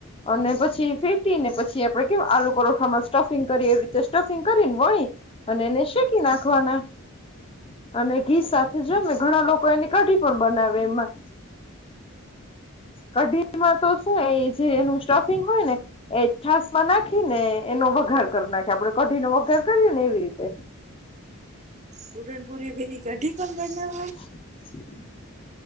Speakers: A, on the left (about 25°); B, on the right (about 30°).
A: અને પછી ફેટીને પછી આપડે કેમ આલુ પરોઠામાં સ્ટફિંગ કરીએ એવી રીતે સ્ટફિંગ કરીને વણી અને એને શેકી નાખવાના અને ઘી સાથે જને ઘણા લોકો એની કઢી પણ બનાવે એમાં કઢીમાં તો શું એ જે એનું સ્ટફિંગ હોય ને એ છાસ માં નાખી ને એનો વઘાર કરી નાખ આપડે કઢી નો વગેર કરીયે ને એવી રીતે.
B: પુરણપુરી ભેરી કઢી પણ બના
A: <inaudible>